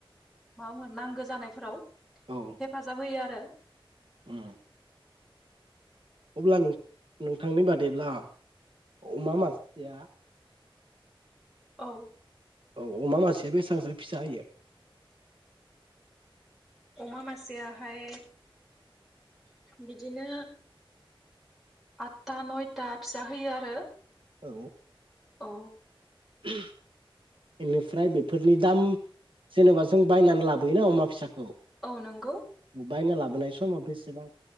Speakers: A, in the centre; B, on the right.
A: मा बुगोन नांगो जानायफोराव
B: औ
A: हेफाजाब होयो आरो <inaudible>
B: उम अब्ला नोंथांनि बादैब्ला अमा मासेया
A: औ
B: अमा मानसिया बेसेबांसो फिसा होयो
A: अमा मासेयाहाय बिदिनो आठथा नयथा फिसा होयो आरो
B: औ
A: औ
B: बेनिफ्राय बेफोरनि दाम जेनेबा जों बायनानै लाबोयोना अमा फिसाखौ
A: औ नंगौ
B: बायना लाबोनाय समाव बेसेबां